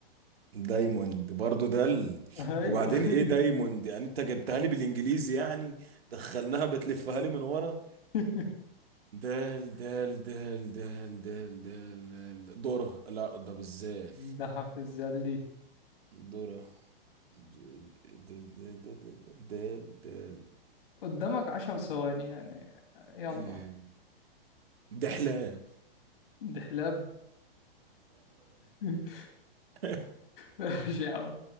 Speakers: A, on the right (about 80°); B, on the left (about 65°).
A: دايموند برضه دل
B: ايوه
A: وبعدين ايه دايموند يعني انت جبتها لي بالانجليزي يعني دخلناها بتلفها لي من ورا
B: <laughs>
A: دال دال دال دال دال دال دال ذرة لا ده بالذال
B: ده في الزلي
A: ذرة د- د- د- د- د- د- دال دال
B: قدامك عشر ثواني يعني يلا
A: آه، دحلاب
B: دحلاب <laughs>
A: <laughs>
B: ماشي يا عم